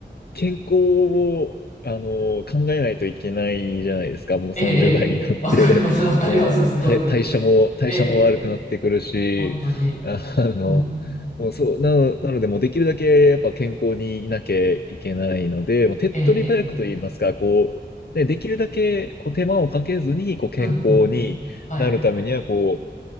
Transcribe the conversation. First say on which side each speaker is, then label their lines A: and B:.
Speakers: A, on the left; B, on the left.
A: 健康を、あの、考えないといけないじゃないですか。もう30代になって、
B: ええ、ええわかります、わかります、
A: <laughs> もう代、
B: すごく。
A: 代謝も、代謝も悪くなってくるし、
B: ええ、ええ本当に。
A: あの、
B: うん。
A: もうそう、なの、なので、もうできるだけやっぱ健康にいなきゃいけないので、もう手っ取り早くと言いますか、
B: ええ、ええ
A: こう、ね、できるだけこう手間をかけずにこう健康になるためには、
B: うん、うん。はい。
A: こう、